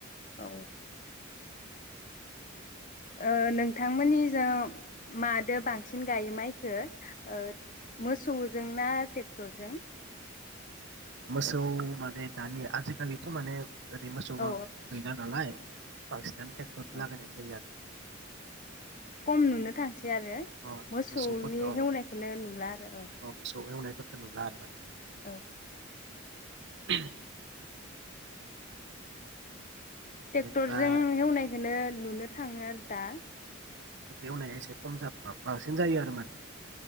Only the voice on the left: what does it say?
औ। ओ नोंथांमोननिजों मादो बांसिन गायो माइखो ओ मोसौजों ना ट्रेक्टरजों?
औ
औ
खम नुनोथा थि आरो
मोसौनि
हेवनायखौनो नुला आरो औ।
ओ।
टेक्टरजों
हेवनायखोनो नुनो थाङो आरो दा।